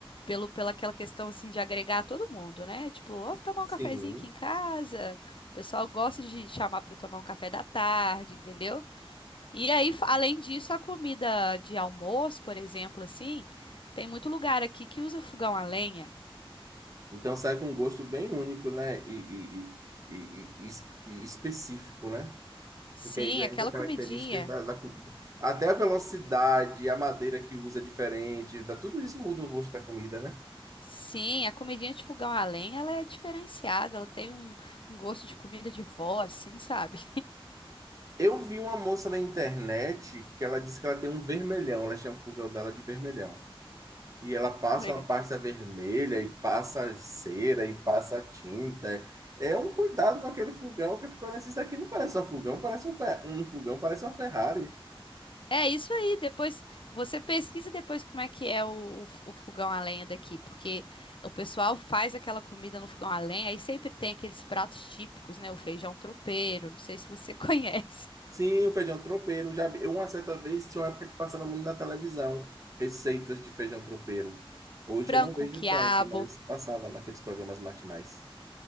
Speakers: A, on the left; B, on the right.
A: pelo pela aquela questão assim de agregar todo mundo, né? Tipo, ó, vou tomar
B: Sim.
A: um cafezinho aqui em casa. O pessoal gosta de chamar para tomar um café da tarde, entendeu? E aí, fa- além disso, a comida de almoço, por exemplo, assim, tem muito lugar aqui que usa fogão a lenha.
B: Então sai com um gosto bem único, né? E, e, e, e- e- e específico, né?
A: Sim,
B: Porque aí já
A: aquela
B: entra características
A: comidinha.
B: da, da cu- Até a velocidade, a madeira que usa é diferente, tá, tudo isso muda o gosto da comida, né?
A: Sim, a comidinha de fogão a lenha, ela é diferenciada, ela tem um, um gosto de comida de vó, assim, sabe?
B: Eu vi uma moça na internet que ela disse que ela tem um vermelhão, ela chama o fogão dela de vermelhão. E ela passa
A: <laughs> Legal.
B: uma pasta vermelha, e passa cera, e passa tinta. É um cuidado com aquele fogão que ficou assim, isso aqui não parece um fogão, parece um, fer- um fogão, parece uma Ferrari.
A: É isso aí, depois você pesquisa depois como é que é o, o f- o fogão a lenha daqui, porque o pessoal faz aquela comida no fogão a lenha, aí sempre tem aqueles pratos típicos, né? O feijão tropeiro, não sei se você <laughs> conhece,
B: Sim, o feijão tropeiro. Já vi. Uma certa vez tinha uma época que passava muito na televisão receitas de feijão tropeiro. Hoje
A: frango
B: eu não
A: com
B: vejo
A: quiabo,
B: tanto, mas passava naqueles programas matinais.